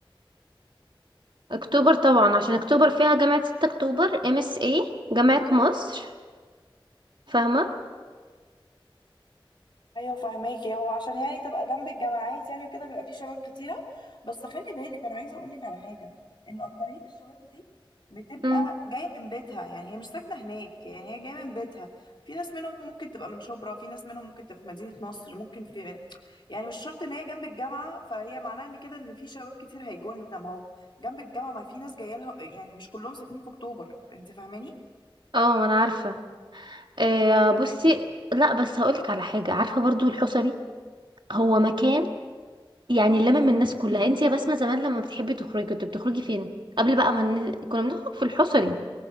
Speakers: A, on the right; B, on the left.
A: اكتوبر طبعا عشان اكتوبر فيها جامعة ستة اكتوبر ام اس اي جامعة مصر فاهمة
B: ايوه فهماكي هو عشان يعني تبقى جنب الجامعات يعني وكده بيبقى فيه شباب كتيره بس خلي بالك انا عايزه اقول لك على حاجه ان اكتريه الشباب دي بتبقى
A: امم
B: جايه من بيتها يعني هي مش ساكنه هناك يعني هي جايه من بيتها في ناس منهم ممكن تبقى من شبرا في ناس منهم ممكن تبقى في مدينه نصر ممكن في يعني مش شرط ان هي جنب الجامعه فهي معناها ان كده ان في شباب كتير هيجوا لنا ما هو جنب الجامعه ما في ناس جايه لها يعني مش كلهم ساكنين في اكتوبر انت فاهماني
A: اه ما انا عارفة آه
B: فالمكان
A: بصي لا بس هقولك على حاجة عارفة برضو الحصري هو مكان يعني لمم الناس كلها انت يا بسمة زمان لما بتحبي تخرجي كنت بتخرجي فين قبل بقى ما من... كنا بنخرج في الحصري